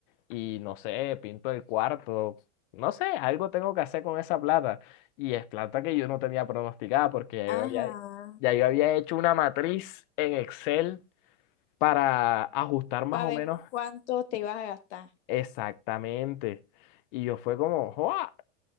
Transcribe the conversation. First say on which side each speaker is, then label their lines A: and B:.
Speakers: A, on the left; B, on the left.
A: y, no sé, pinto el cuarto. No sé, algo tengo que hacer con esa plata. Y es plata que yo no tenía pronosticada porque ya
B: Ajá.
A: yo había, ya yo había hecho una matriz en Excel para ajustar más
B: Para
A: o
B: ver
A: menos
B: cuánto te ibas a gastar.
A: exactamente. Y yo fue como, joa,